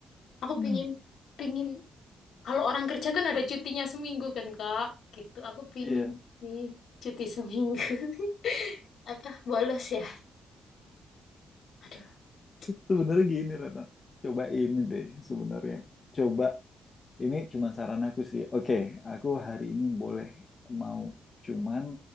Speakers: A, on the left; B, on the left.
A: Aku
B: Hmm.
A: pingin, pingin Kalau orang kerja kan ada cutinya seminggu kan Kak. Gitu, aku pingin
B: Iya.
A: sih cuti seminggu. <laughs> Apa, bolos ya? Aduh,
B: Sebenarnya
A: gitu.
B: gini Retno. Coba ini deh sebenarnya. Coba ini cuma saran aku sih. Oke, aku hari ini boleh mau cuman